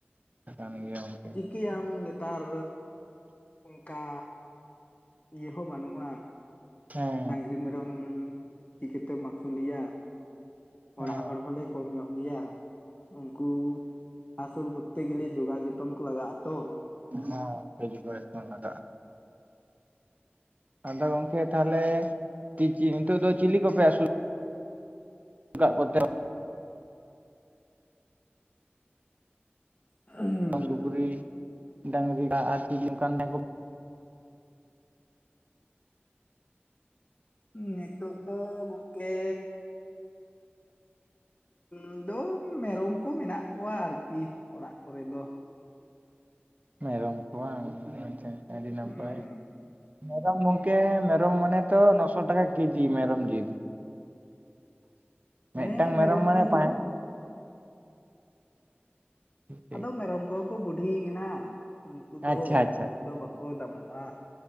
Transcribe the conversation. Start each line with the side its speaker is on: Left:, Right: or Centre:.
Right: ᱟᱪᱪᱷᱟ <unintelligible>
Left: ᱪᱤᱠᱟᱹᱭᱟᱢ ᱱᱮᱛᱟᱨ ᱚᱝᱠᱟ ᱤᱭᱟᱹ ᱦᱚᱸ ᱵᱟᱹᱱᱩᱜᱼᱟ᱾
Right: ᱦᱮᱸ
Left: ᱰᱟᱝᱨᱤ ᱢᱮᱨᱚᱢ ᱪᱤᱛᱮᱢ ᱟᱹᱥᱩᱞᱮᱭᱟ
Right: ᱦᱮᱸ
Left: ᱚᱲᱟᱜ ᱦᱚᱲ ᱦᱚᱸᱞᱮ ᱠᱚᱢ ᱧᱚᱜ ᱜᱮᱭᱟ, ᱩᱱᱠᱩ ᱟᱥᱩᱞ ᱠᱚᱨᱛᱮ ᱜᱮᱞᱮ ᱡᱚᱜᱟᱣ ᱡᱚᱛᱚᱱ ᱠᱚ ᱞᱟᱜᱟ ᱟᱛᱚ᱾
Right: ᱦᱮᱸ <unintelligible> ᱞᱟᱜᱟᱜ-ᱟ᱾ ᱟᱫᱚ ᱜᱚᱝᱠᱮ ᱛᱟᱦᱚᱞᱮ ᱪᱤᱪᱤ ᱱᱤᱛᱚᱜ ᱫᱚ ᱪᱤᱞᱤ ᱠᱚᱯᱮ ᱟᱹᱥᱩᱞ ᱠᱟᱜ ᱠᱚᱛᱮ ᱫᱚ?
Left: <unintelligible>
Right: ᱥᱩᱠᱨᱤ ᱰᱟᱝᱨᱤ ᱟᱨ <unintelligible>
Left: ᱱᱤᱛᱳᱜ ᱫᱚ ᱜᱚᱝᱠᱮ ᱩᱸᱻ ᱫᱚ ᱢᱮᱨᱚᱢ ᱠᱚ ᱢᱮᱱᱟᱜ ᱠᱚᱣᱟ ᱟᱨᱠᱤ ᱚᱲᱟᱜ ᱠᱚᱨᱮ ᱫᱚ᱾
Right: ᱢᱮᱨᱚᱢ ᱠᱚ ᱵᱟᱝ ᱟᱪᱪᱷᱟ ᱟᱪᱪᱷᱟ ᱟᱹᱰᱤ ᱱᱟᱯᱟᱭ᱾
Left: ᱦᱩᱸ
Right: ᱢᱮᱨᱚᱢ ᱜᱚᱢᱠᱮ ᱢᱮᱨᱚᱢ ᱢᱟᱱᱮ ᱛᱚ ᱱᱚᱥᱚ ᱴᱟᱠᱟ ᱠᱮᱡᱤ ᱢᱮᱨᱚᱢ ᱡᱤᱞ?
Left: ᱦᱮᱸ
Right: ᱢᱤᱫᱴᱟᱝ ᱢᱮᱨᱚᱢ ᱢᱟᱱᱮ
Left: ᱡᱤᱞ
Right: ᱯᱟᱸᱪ ᱴᱷᱤᱠ
Left: ᱟᱫᱚ ᱢᱮᱨᱚᱢ ᱠᱚᱦᱚᱸ ᱠᱚ ᱵᱩᱰᱷᱤ ᱠᱟᱱᱟ, ᱩᱱᱠᱩ
Right: ᱟᱪᱪᱷᱟ
Left: ᱫᱚ
Right: ᱟᱪᱪᱷᱟ
Left: ᱩᱱᱟᱹᱜ ᱫᱚ ᱵᱟᱠᱚ ᱫᱟᱢᱚᱜᱼᱟ᱾